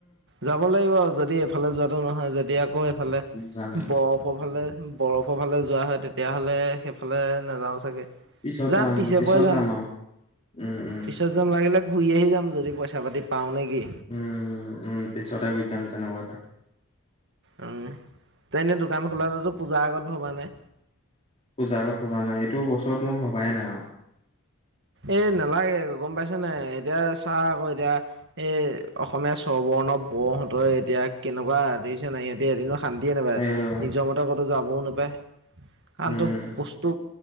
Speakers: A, on the right; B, on the left.
A: যাব লাগিব আৰু যদি এইফালে যোৱাটো নহয় যদি আকৌ এইফালে
B: যাম
A: বৰফৰফালে বৰফৰ ফালে যোৱা হয় তেতিয়াহলে সেইফালে নাযাও চাগে
B: পিছত
A: যাম পিছে
B: পিছত
A: পৰে যাম
B: আৰু উম, উম।
A: পিছত যাম লাগিলে ঘূৰি আহি যাম যদি পইচা পাতি পাও নেকি
B: উম উম পিছতে গুচি যাম তেনেকুৱতে
A: উম তে এনেই দোকান খোলাটোতো পূজাৰ আগত ভবা নাই
B: পূজা আগত ভবা নাই এইটো বছৰত মই ভবায়ে নাই আৰু
A: এ নালাগে গম পাইছ নে এতিয়া চা আকৌ এতিয়া এই অসমীয়া চৰ্বৰ প্ৰনৱ বৰ হহঁতৰ এতিয়া কেনেকুৱা দেখিছে নাই সিহঁতে এদিন শান্তিয়ে নাপায়
B: এইটো
A: নিজৰ মতে ক'তো যাবও নাপায় কাৰণ
B: উম,
A: তো বস্তু